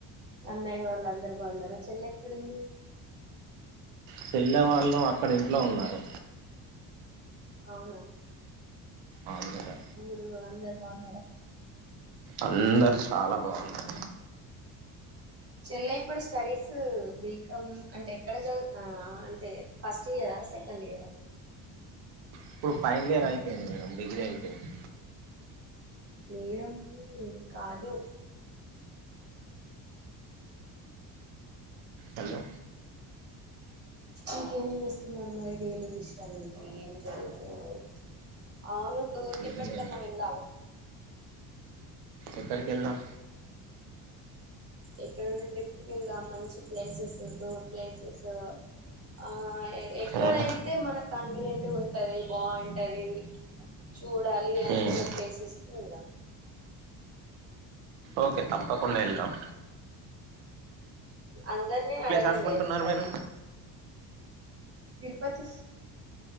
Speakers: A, on the right; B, on the right.
A: అన్నయి వాళ్ళు అందరు బాగున్నారా చెల్ల ఎక్కడుంది
B: చెల్లే వాళ్ళు అక్కడ ఇంట్లో ఉన్నారు
A: అవునా
B: అవునా
A: నువ్ అందరు బాగున్నారా
B: అందరు చాలా బాగున్నారు
A: చెల్లై ఇప్పుడు స్టడీస్ బికామ్ అంటే ఎక్కడ చదు ఆ అంటే ఫస్ట్ ఇయరా సెకండ్ ఇయరా
B: ఇప్పుడు ఫైనల్ ఇయర్ అయిపోయింది మేడం డిగ్రీ అయిపోయింది
A: మేడం కాదు
B: హలో
A: ఇంకేం చేస్తున్నారు మరి డైలీ విషయాలు ఏంటి ఏం జరుగుతుయి అవును్ టూర్ క
B: ఏం
A: ఎక్కడికనా
B: లేదు
A: వెళ్దామా
B: ఎక్కడికెళ్దాం
A: ఎక్కడ ట్రిప్ కి వెళ్దా మంచి ప్లేసెస్ టూర్ ప్లేసెస్ ఆ ఎక్కడైతే
B: ఉమ్,
A: మనకు కన్వీనియంట్ ఉంటది బాం టది చూడాలి అనుకున్న
B: ఉమ్.
A: ప్లేసెస్ కి వెళ్దాం
B: ఓకే తప్పకండ ఎళ్దాం
A: అందరినీ అడగండి
B: అనుకుంటున్నారు
A: ఒకసరి
B: మీరు
A: తిరుపతి